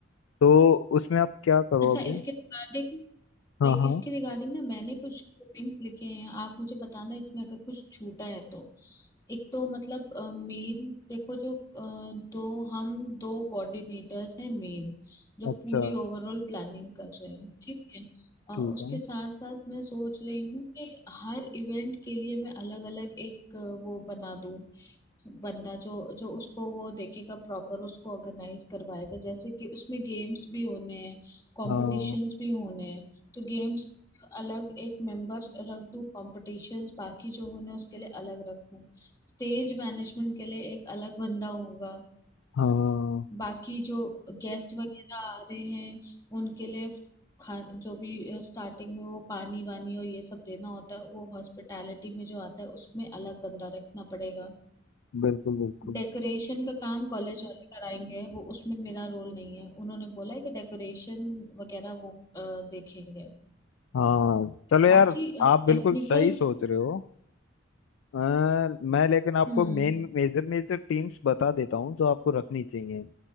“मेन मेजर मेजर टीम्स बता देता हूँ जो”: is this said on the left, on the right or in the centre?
Left